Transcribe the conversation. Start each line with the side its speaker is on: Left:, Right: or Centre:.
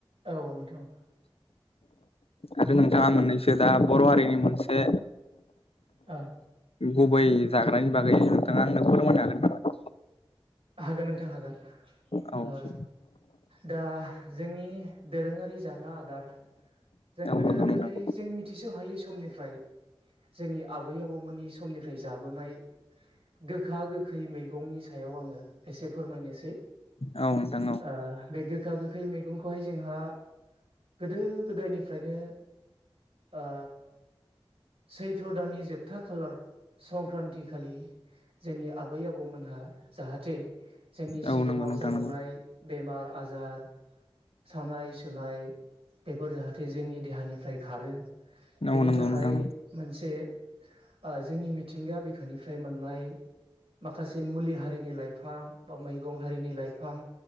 Right: औ नोंथां
Left: आरो नोंथाङा मोननैसो दा बर' हारिनि मोनसे
Right: आ
Left: गुबै जाग्रानि बागै नोंथाङा आंनो फोरमायनो हागोन नामा?
Right: हागोन नोंथां हागोन
Left: औ
Right: ओ दा जोंनि दोरों आरि जाग्रा आदार जों गोदो
Left: औ नंगौ
Right: गोदाय
Left: नोंथां
Right: जों मिथिस हायै समनिफ्राय जोंनि आबै आबौमोननि समनिफ्राय जाबोनाय गोखा गो खै मैगंनि सायाव आङो एसे फोरमायनोसै
Left: औ नोंथां औ
Right: ओ बे गोखा गो खै मैगंखौहाय जोंहा गोदो गोदायनिफ्रायनो आ सैथ्र' दाननि जोबथा खालार संक्रान्ति खालि जोंनि आबै आबौमोनहा जाहाथे जोंनि
Left: औ
Right: सिगाङाव
Left: नंगौ नोंथां
Right: जालांनाय
Left: नंगौ
Right: बेमार आजार सानाय सुनाय बेफोर जाहाथे जोंनि देहानिफ्राय खारो बेनि
Left: औ नंगौ
Right: थाखाय
Left: नोंथां
Right: मोनसे ओ जोंनि मिथिंगा बिखानिफ्राय मोननाय माखासे मुलि हारिनि लाइफां बा मैगं हारिनि लाइफां